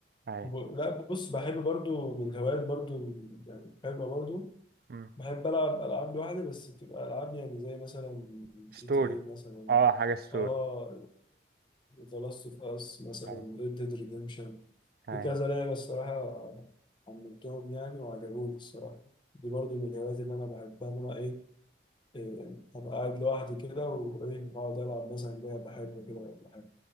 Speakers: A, on the right (about 55°); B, on the left (about 25°).
A: ايوه
B: وب- لا بص بحب برضو من الهوايات برضو يعني بحبها برضو
A: امم
B: بحب ألعب ألعاب لوحدي بس بتبقى ألعاب يعني زي مثلا جي
A: ستوري
B: تي اي مثلا
A: اه حاجه ستوري
B: اه ذا لاست اوف اس مثلا
A: ايوه
B: ريد ديد ريديمشن
A: ايوه
B: في كذا لعبه الصراحه حملتهم يعني وعجبوني الصراحه دي برضو من الهوايات اللي انا بحبها ان انا ايه آه، ابقى قاعد لوحدي كده وايه اقعد العب مثلا لعبه حلوه كده ولا حاجه